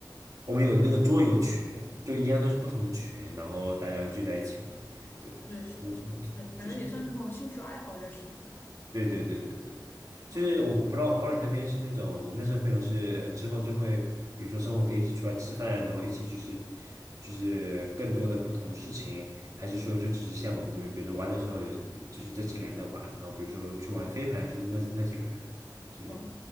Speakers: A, on the right (about 50°); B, on the left (about 30°).
A: 我们有那个桌游群，就一样都是不同的群，然后大家聚在一起玩，对，
B: 对，是的，
A: 嗯，
B: 是的，对，感觉也算是那种兴趣爱好认识，
A: 就是
B: 对吧？
A: 对对对对对，就是我不知道我不知道你那边是那种认识的朋友是之后就会，
B: 哦，
A: 比如说生活可以一起出来吃饭，然后一起就是就是更多的不同的事情，还是说就只是像我们这边，比如说玩的时候有就是这几个人在玩，然后比如说去玩飞盘，就是那那几个人，就是
B: 哦，